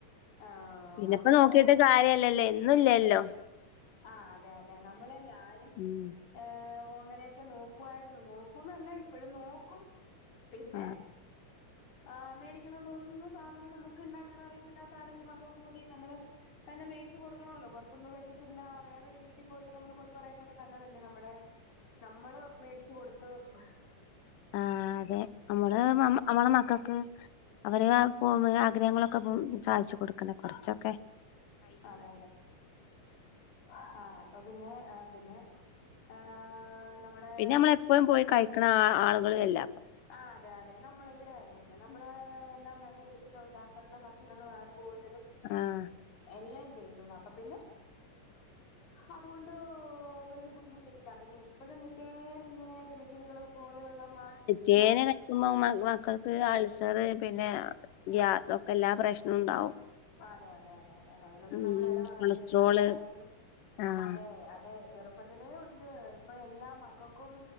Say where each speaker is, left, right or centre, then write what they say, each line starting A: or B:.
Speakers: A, on the left; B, on the left.
A: ആഹ്
B: പിന്നെ
A: നമ്മള്
B: ഇപ്പോ നോക്കിട്ട് കാര്യല്ലല്ലേ ല്ലല്ലോ
A: ആ അതെ അതെ നമ്മളെ ഞാന്
B: ഉം
A: ഏ ഒ ങ്ങനെയൊക്കെ നോക്കുവായിരുന്നു നോക്കൂന്നല്ല ഇപ്പഴും നോക്കും പിന്നെ
B: ആഹ്
A: ആ മേടിക്കണം തോന്നുന്നു സാധനം നമുക്ക് ഉണ്ടാക്കാൻ അറിയത്തില്ലാത്തതാണെങ്കിൽ <unintelligible> നമ്മള് തന്നെ മേടിച്ച് കൊടുക്കണോല്ലോ പുറത്തുന്ന് പ ല്ല വേറൊരു വീട്ടി പോയിട്ട് നമ്മള് കൊതി പറയുന്നലും നല്ലതല്ലേ നമ്മുടെ നമ്മള് മേടിച്ചു കൊടുത്ത് ആഹ്
B: ആ അതെ നമ്മള് നമ്മള മക്കക്ക് അവര് പൊമ്പ ആഗ്രഹങ്ങളൊക്കെ സാധിച്ചു കൊടുക്കണ്ടേ കുറച്ചൊക്കെ
A: അതെ അതെ ഹ അപ്പൊ പിന്നെ ആ പിന്നെ ആഹ് നമ്മുടെ
B: പിന്നെ നമ്മളെപ്പോഴും പോയി കഴിക്കണ ആൾ ങ്ങള് എല്ല
A: ആ അതെ അതെ നമ്മൾ ഇവിടെയതെന്നെ നമ്മള് എല്ലാം തന്നെ വീട്ടിൽ ഉണ്ടാക്കുന്ന ഭക്ഷണങ്ങളാണ് കൂടുതലും
B: ആഹ്
A: എല്ലാ ചെയ്യുന്നത് അപ്പൊ പിന്നെ അതുകൊണ്ട് വലിയ ബുദ്ധിമുട്ടില്ല പിന്നെ എപ്പോഴും നിത്യേന ഇങ്ങനെ കെമിക്കലുകളും പോലെയുള്ള മ
B: ചേനെ
A: മ
B: കഴിക്കുമ്പോ മ മക്കൾ ക്ക് അൾസർ പിന്നെ ഗ്യാ ഒക്കെ എല്ലാ പ്രശ്നവും ഉണ്ടാവും
A: അതെ അതെ അതെ അതെ അതിനൊന്നും
B: ഉം
A: നമ്മൾ എടാ ഭാഗത്തുന്നില്ല
B: കൊളസ്ട്രോള്
A: ഇവിടെയാണേലും
B: ആഹ്
A: അതെ അതെ ചെറുപ്പത്തിലേ ഉണ്ട് ഇപ്പൊ എല്ലാ മക്കക്കും